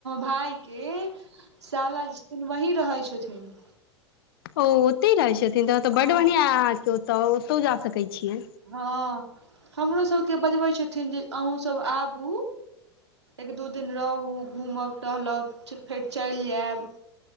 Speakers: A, on the right; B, on the left.
A: भायके साला छथिन वही रहै छथिन
B: ओ ओतहि रहै छथिन तऽ ओतऽ बड
A: हँ
B: बढ़िआं है अहाँके ओत ओतो जा सकैय छियै
A: हँ हमरो सबके बजबै छथिन जे अहूँ सब आबू एक दू दिन रहू घूमब टहलब फेर चलि जायब